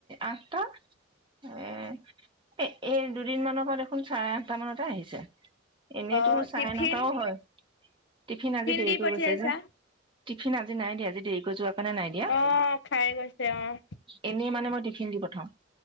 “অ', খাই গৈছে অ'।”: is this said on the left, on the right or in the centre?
Left